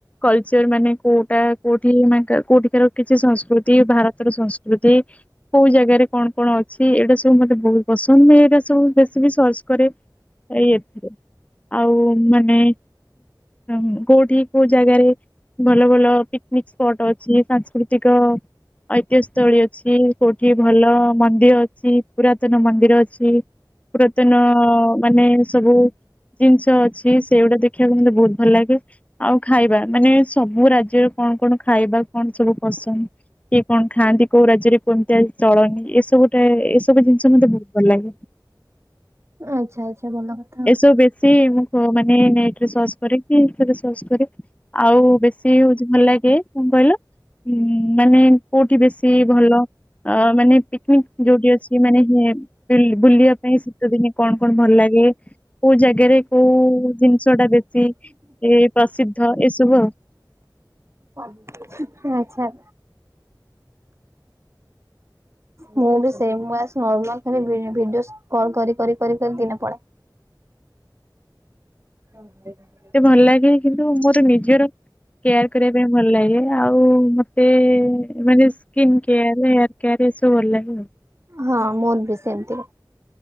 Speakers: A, on the left; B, on the right.
A: କଲଚର ମାନେ କୋଉଟା କୋଉଠି ମା ଙ୍କ କୋଉଠିିକାର କିଛି ସଂସ୍କୃତି ଭାରତର ସଂସ୍କୃତି। କୋଉ ଜାଗାରେ କଣ କଣ ଅଛି ଏଗୁଡା ସବୁ ମତେ ବହୁତ ପସନ୍ଦ ମୁଁ ଏଇରା ସବୁ ବେଶି ବି ସର୍ଚ୍ଚ କରେ। ଏଇ ଏଥିରେ ଆଉ ମାନେ ହୁଁ କୋଉଠି କୋଉ ଜାଗାରେ? ଭଲ ଭଲ ପିକନିକ୍ ସ୍ପଟ ଅଛି ସାଂସ୍କୃତିକ- ଐତିହ ସ୍ଥଳୀ ଅଛି କୋଉଠି ଭଲ ମନ୍ଦିର ଅଛି ପୁରାତନ ମନ୍ଦିର ଅଛି। ପୁରାତନ ମାନେ ସବୁ ଜିନିଷ ଅଛି ସେଗୁଡା ଦେଖିଆକୁ ମତେ ବହୁତ ଭଲ ଲାଗେ ଆଉ ଖାଇବା ମାନେ ସବୁ ରାଜ୍ୟର କଣ କଣ ଖାଇବା କଣ ସବୁ ପସନ୍ଦ। କିଏ କଣ ଖାଆନ୍ତି କୋଉ ରାଜ୍ୟରେ କେମତିଆ ଚଳନି ଏସବୁ ଟାଏ ଏସବୁ ଜିନିଷ ମତେ ବହୁତ ଭଲ ଲାଗେ।
B: ଆଚ୍ଛା ଆଚ୍ଛା ଭଲ କଥା।
A: ସୋ ବେଶୀ ମୁଁ କ ମାନେ ନେଟ୍ ରେ ସର୍ଚ୍ଚ କରେ କି ଏଥିରେ ସର୍ଚ୍ଚ କରେ। ଅଉ ବେଶୀ ହଉଚି ଭଲ ଲାଗେ କଣ କହିଲ? ହୁଁ ମାନେ କୋଉଠି ବେଶୀ ଭଲ। ଅ ମାନେ ପିକନିକ୍ ଯୋଉଠି ଅଛି ମାନେ ହେ ବୁଲ୍-ବୁଲିଆ ପାଇଁ ଶୀତ ଦିନେ କଣ କଣ ଭଲ ଲାଗେ? କୋଉ ଜାଗାରେ କୋଉ ଜିନିଷ ଟା ବେଶୀ ଏ ପ୍ରସିଦ୍ଧ ଏସବୁ ଆଉ।
B: ହଉ ଠିକ୍ ଅଛି। ଆଚ୍ଛା। ମୁଁ ବି ସେଇ ବାସ୍ ନର୍ମାଲ୍ ଖାଲି ଭି-ଭିଡିଓସ୍ କଲ୍ କରି କରି କରି କରି ଦିନ ପଳାଏ। <unintelligible>
A: ତେ ଭଲ ଲାଗେ କିନ୍ତୁ ମୋର ନିଜର କେୟାର୍ କରିବା ପାଇଁ ଭଲ ଲାଗେ ଆଉ ମତେ ମାନେ ସ୍କିନ କେୟାର ହେୟାର କେୟାର ଏସବୁ ଭଲ ଲାଗେ ଆଉ।
B: ହଁ ମୋର୍ ବି ସେମିତି।